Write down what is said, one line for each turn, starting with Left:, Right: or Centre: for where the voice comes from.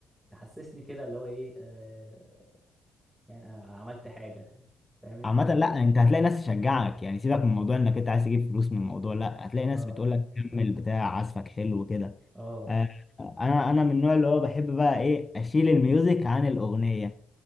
Centre: تحسسني كده اللي هو ايه آه يعني انا عملت حاجه فاهم انت
Left: عامة لا انت هتلاقي ناس تشجعك يعني سيبك من موضوع انك انت عايز تجيب فلوس من الموضوع لا هتلاقي ناس
Centre: اه
Left: بتقول لك كمل بتاع عزفك حلو كده
Centre: اه
Left: آه، انا انا من النوع اللي هو بحب بقى ايه اشيل الميوزك عن الاغنيه